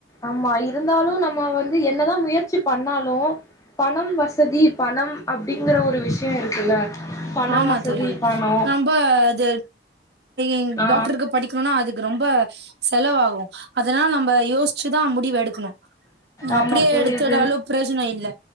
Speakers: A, on the left; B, on the right.
A: ஆமா இருந்தாலு நம்ம வந்து என்னதா முயற்சி பண்ணாலு பணம் வசதி பணம் அப்டிங்கற ஒரு விஷயம் இருக்குல்ல பண
B: ஆமா
A: வசதி
B: தோழி
A: பணோ
B: ரொம்ப அது இங்
A: ஆ
B: டாக்டருக்கு படி கணுன்னா அதுக்கு ரொம்ப செலவாகு அதனால நம்ப யோசிச்சுதா முடிவு எடுக்கணும்
A: ஆமா
B: அப்டியே
A: புரியுது
B: எடுத்துட்டாலு பிரயோஜன இல்ல